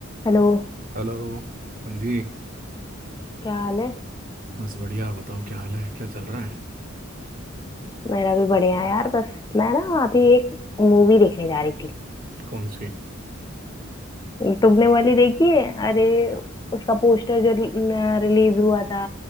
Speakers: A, on the left; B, on the right.
A: Hello
B: Hello हाँ जी
A: क्या हाल है
B: बस बढ़िया बताओ क्या हाल है क्या चल रहा है
A: मेरा भी बढ़िया है यार बस मैं ना अभी एक मूवी देखने जा रही थी
B: कौन सी
A: तुमने वाली देखी है अरे उसका पोस्टर जो रिलीज हुआ था